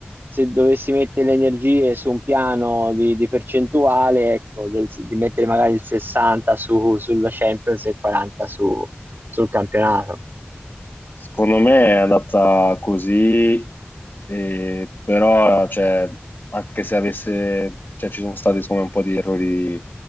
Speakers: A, on the right; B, on the left.
A: se dovessi mettere le energie su un piano di, di percentuale, ecco, del- di mettere magari il 60 su, sulla Champions e il 40 su, sul campionato.
B: Secondo me è andata così, e- però cioè, anche se avesse, cioè, ci sono stati secondo me, un po' di errori